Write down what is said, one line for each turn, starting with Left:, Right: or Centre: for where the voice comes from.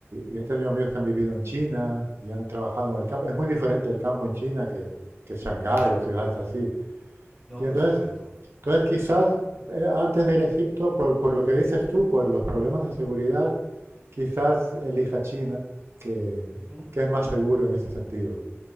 Right: y he tenido amigos que han vivido en China y han trabajado en el campo. Es muy diferente el campo en China que, que Shanghái
Left: Claro.
Right: o ciudades así.
Left: No,
Right: Y entonces,
Left: por supuesto.
Right: entonces quizás eh, antes de ir a Egipto, por, por lo que dices tú, por los problemas de seguridad, quizás elija China, que,
Left: Ujú.
Right: que es más seguro en ese sentido,